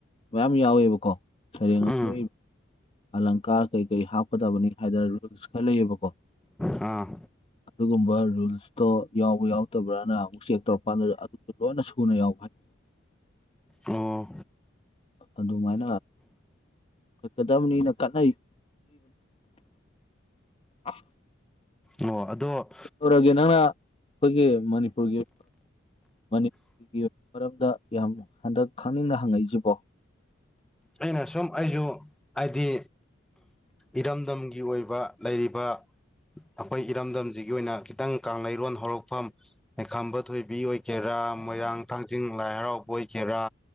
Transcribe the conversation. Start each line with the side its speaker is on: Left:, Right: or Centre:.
Left: ꯃꯌꯥꯝ ꯌꯥꯎꯋꯦꯕꯀꯣ ꯁꯩꯔꯦꯡ
Centre: ꯑꯥ
Left: ꯑꯃ ꯏꯕ ꯑꯂꯪꯀꯥꯔ ꯀꯩ ꯀꯩ ꯍꯥꯞꯀꯗꯕꯅꯤ ꯍꯥꯏꯗꯅ ꯔꯨꯜꯁ ꯈꯔ ꯂꯩꯌꯦꯕꯀꯣ
Centre: ꯍꯥꯥ
Left: ꯑꯗꯨꯒꯨꯝꯕ ꯔꯨꯜꯁꯇꯣ ꯌꯥꯎꯕ ꯌꯥꯎꯗꯕ꯭ꯔꯅ ꯑꯃꯨꯛ ꯆꯦꯛ ꯇꯧꯔꯛꯄꯥꯟꯗꯨꯗ ꯑꯗꯨ ꯂꯣꯏꯅ ꯁꯨꯅ ꯌꯥꯎꯕ ꯍꯥꯏ
Centre: ꯑꯣ
Left: ꯑꯗꯨꯃꯥꯏꯅ ꯀꯠꯀꯗꯕꯅꯤꯅ ꯀꯅꯩꯅꯤ ꯑ
Centre: ꯑꯣ ꯑꯗꯣ
Left: ꯀꯩꯧꯔꯒꯦ ꯅꯪꯅ ꯑꯩꯈꯣꯏꯒꯤ ꯃꯅꯤꯄꯨꯔꯒꯤ ꯃꯅꯤꯄꯨꯔꯒꯤ ꯃꯔꯝꯗ ꯌꯥꯝ ꯍꯟꯗꯛ ꯈꯪꯅꯤꯡꯅ ꯍꯪꯉꯛꯏꯁꯤꯕꯣ
Centre: ꯑꯩꯅ ꯁꯨꯝ ꯑꯩꯁꯨ ꯍꯥꯏꯗꯤ ꯏꯔꯝꯗꯝꯒꯤ ꯑꯣꯏꯕ ꯂꯩꯔꯤꯕ ꯑꯩꯈꯣꯏ ꯏꯔꯝꯗꯝꯁꯤꯒꯤ ꯑꯣꯏꯅ ꯈꯤꯇꯪ ꯀꯥꯡꯔꯣꯟ ꯍꯧꯔꯛꯐꯝ ꯂꯈꯥꯝꯕ ꯊꯣꯏꯕꯤ ꯑꯣꯏꯒꯦꯔꯥ ꯃꯣꯏꯔꯥꯡ ꯊꯥꯡꯖꯤꯡ ꯂꯥꯏ ꯍꯔꯥꯎꯕ ꯑꯣꯏꯒꯦꯔꯥ